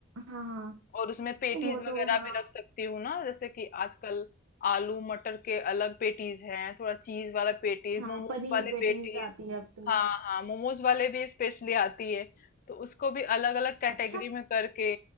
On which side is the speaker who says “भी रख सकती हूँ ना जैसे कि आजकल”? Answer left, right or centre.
Left